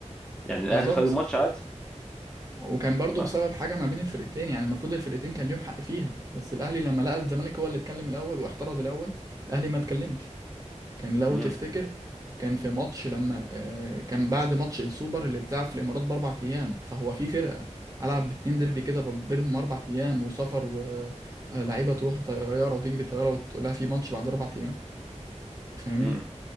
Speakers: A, in the centre; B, on the right.
A: يعني الاهلي
B: بالظبط
A: خد الماتش عادي
B: وكان برضو
A: ما
B: بسبب حاجه ما بين الفرقتين يعني المفروض الفرقتين كان ليهم حق فيها بس الاهلي لما لقى الزمالك هو اللي اتكلم الاول واعترض الاول الاهلي ما اتكلمش كان لو
A: امم
B: تفتكر كان في ماتش لما آه، كان بعد ماتش السوبر اللي اتلعب في الامارات باربع ايام فهو في فرقه العب باتنين ديربي كده ب- بينهم اربع ايام وسفر ولاعيبه تروح بطياره وتيجي بطياره وتقول لها في ماتش بعد اربع ايام فاهمني
A: امم